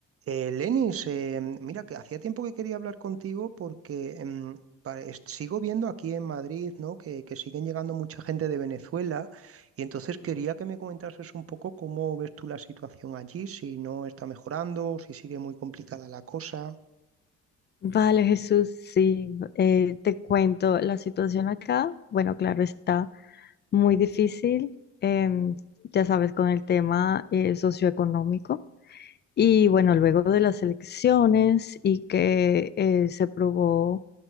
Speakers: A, on the right; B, on the left.
A: Eh, Lenis, eh, mira que hacía tiempo que quería hablar contigo porque em, pare- es- sigo viendo aquí en Madrid, ¿no? que, que siguen llegando mucha gente de Venezuela y entonces quería que me comentases un poco cómo ves tú la situación allí, si no está mejorando, si sigue muy complicada la cosa.
B: Vale, Jesús, sí, eh, te cuento la situación acá. Bueno, claro, está muy difícil, em, ya sabes, con el tema eh, socioeconómico. Y bueno, luego de las elecciones y que eh, se probó